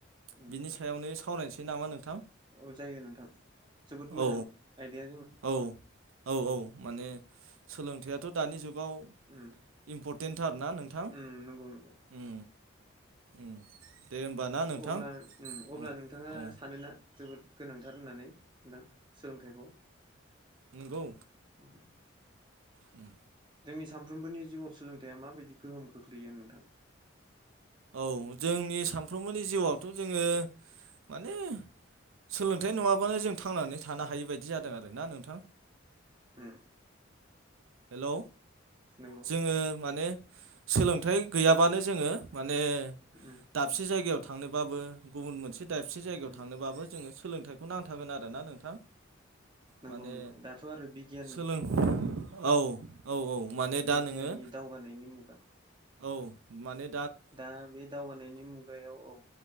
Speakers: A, on the right; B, on the right.
A: उम
B: बिनि सायावनो सावरायनोसै नामा नों
A: औ जायो नोंथां जोबोद मोजां
B: औ
A: आइदिया
B: औ औ औ माने सोलोंथाइआथ' दानि जुगाव
A: उम
B: इम्परटेन्टथार ना नोंथां
A: उम नंगौ नंगौ
B: उम उम दे होमबा ना नोंथां
A: अब्ला उ अब्ला
B: औ
A: नोंथाङा
B: औ
A: सानोना जोबोर न ना गोनांथार होननानै नोंथां सोलोंथाइखौ।
B: नोंगौ
A: उम
B: उम
A: जोंनि सानफ्रोमबोनि जिउआव सोलोंथाया माबायदि गोहोम खोख्लैयो नोंथां?
B: औ जोंनि सानफ्रोमबोनि जिउआवथ' जोङो माने सोलोंथाइ नङाबानो जों थांनानै थानो हायि बायदि जादों आरोना नोंथां
A: उम
B: हेलौ
A: नंगौ
B: जोङो माने सोलोंथाइ गैयाबानो जोङो म माने
A: उम
B: दाबसे जायगायाव थांनोबाबो गुबुन मोनसे दाबसे जायगायाव
A: उम
B: थांनोबाबो जोङो सोलोंथाइखौ नांथागोन आरो ना नोंथां
A: नंगौ
B: माने
A: नंगौ दाथ' आरो बिगियान
B: सोलों
A: मुगा।
B: औ औ औ माने दा
A: बिगियाननि
B: नोङो
A: दावगानायनि मुगा
B: औ माने
A: दा बे दावगानायनि मुगायाव औ